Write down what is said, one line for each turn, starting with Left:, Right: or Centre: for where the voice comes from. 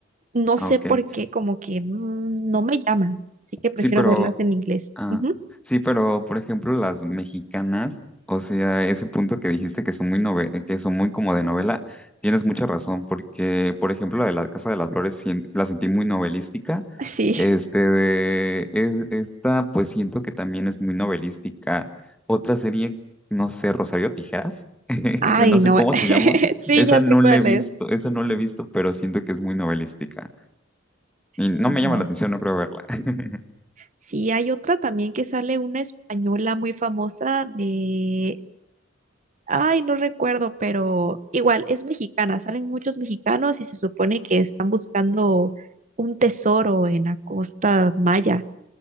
Right: No
Centre: ah,
Right: sé
Centre: ok.
Right: por
Centre: S-
Right: qué, como que mm, no me llaman, así que prefiero
Centre: Sí, pero
Right: verlas en inglés.
Centre: Ah,
Right: Ujú.
Centre: sí, pero por ejemplo las mexicanas, o sea, ese punto que dijiste que son muy nove- que son muy como de novela, tienes mucha razón, porque por ejemplo la de la Casa de las Flores sien- la sentí muy novelística,
Right: <laughs> Sí.
Centre: este de es, esta pues siento que también es muy novelística. Otra serie, no sé, Rosario Tijeras, <laughs>
Right: Ay,
Centre: no sé
Right: no,
Centre: cómo
Right: <laughs>
Centre: se llama,
Right: sí,
Centre: esa
Right: ya
Centre: no
Right: sé cuál
Centre: la he visto,
Right: es.
Centre: esa no la he visto, pero siento que es muy novelística y no
Right: Sí,
Centre: me llama
Right: no.
Centre: la atención, no creo verla. <laughs>
Right: Sí, hay otra también que sale una española muy famosa de, ay, no recuerdo, pero igual es mexicana, salen muchos mexicanos y se supone que están buscando un tesoro en la costa maya.